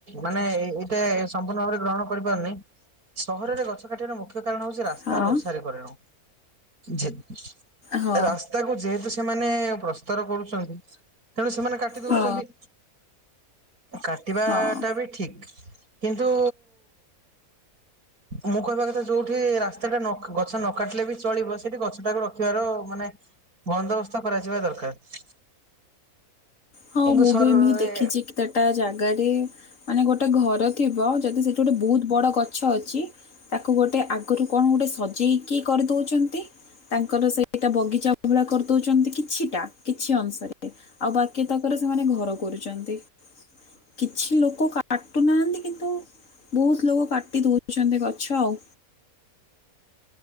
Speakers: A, on the right; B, on the left.
A: ମାନେ ଏଇଟା ସମ୍ପୂର୍ଣ ଭାବରେ ଗ୍ରହଣ କରିପାରୁନି। ସହରରେ ଗଛ କାଟିବାର ମୁଖ୍ୟ କାରଣ ହଉଛି ରାସ୍ତାରେ
B: ହଁ
A: ଓସାରି କରେଣ ଯେତ
B: ହଁ
A: ରା ତାକୁ ଯେହେତୁ ସେମାନେ ପ୍ରସ୍ତର କରୁଛନ୍ତି ତେଣୁ ସେମାନେ କାଟି ଦଉଛନ୍ତି।
B: ହଁ
A: କାଟିବାଟା
B: ହଁ
A: ବି ଠିକ। କିନ୍ତୁ ମୁଁ କହିବା କଥା ଯୋଉଠି ରାସ୍ତା ଟା ଗଛ ନ କାଟିଲେ ବି ଚଳିବ। ସେଠି ଗଛ ଟାକୁ ରଖିବାର ମାନେ ବନ୍ଦବସ୍ଥା କରାଯିବା ଦରକାର।
B: ହଁ
A: କିନ୍ତୁ
B: ମୁଁ
A: ସର
B: ବି ଏମିତି ଦେଖିଛି। କି ତା ଗୋଟା ଜାଗାରେ ମାନେ ଗୋଟେ ଘର ଥିବ ଯଦି ସେଠି ଗୋଟେ ବହୁତ ବଡ଼ ଗଛ ଅଛି। ତାକୁ ଗୋଟେ ଆଗରୁ କଣ ଗୋଟେ ସଜେଇକି କରି ଦେଉଛନ୍ତି। ତାଙ୍କର ସେଇଟା ବଗିଚା ଭଳିଆ କରି ଦଉଛନ୍ତି। କିଛିଟା କିଛି ଅଂଶରେ। ଆଉ ବାକି କ ସେମାନେ ଘର କରୁଛନ୍ତି। କିଛି ଲୋକ କାଟୁ ନାହାନ୍ତି କିନ୍ତୁ ବହୁତ ଲୋକ କାଟି ଦେଉଛନ୍ତି ଗଛ ଆଉ।